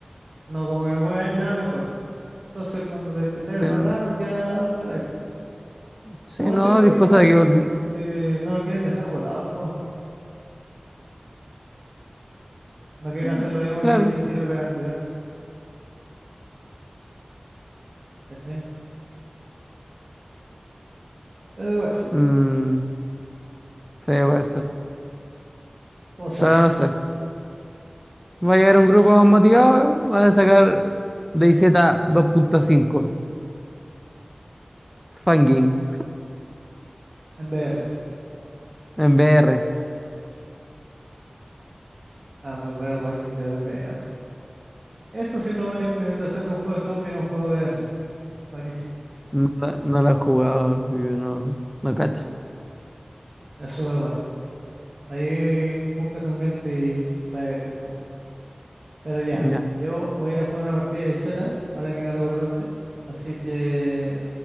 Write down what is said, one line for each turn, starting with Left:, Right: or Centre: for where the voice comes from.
Right: No, como que no puede haber nada mejor. Entonces, cuando te empecé
Centre: Sí,
Right: a cerrar,
Centre: mm,
Right: ya cagáis.
Centre: sí,
Right: Igual
Centre: no,
Right: siento
Centre: sí,
Right: que
Centre: es cosa
Right: no,
Centre: de que...
Right: eh, no lo quieren dejar botado el juego. No quieren
Centre: mm,
Right: hacer lo mismo
Centre: Claro.
Right: que hizo el developer anterior. ¿cachai? Pero bueno,
Centre: Mm, Sí, puede ser.
Right: cosas
Centre: Pero no sé. Va a llegar un grupo más motivado. Van a sacar D Z dos punto cinco Fangame.
Right: en VR.
Centre: En VR.
Right: Ah, muy bueno Walking Dead en VR. Eso sí, no una buena implementación de un juego de zombie en un juego de VR. Buenísimo.
Centre: No, la- no lo he jugado, así que no, no cacho.
Right: Es súper bueno. Ahí búscate un gameplay y vaya a cachar cómo. es. Pero ya,
Centre: Ya.
Right: yo voy a ir a jugar una partida de Z, ahora que me recordaste. Así que,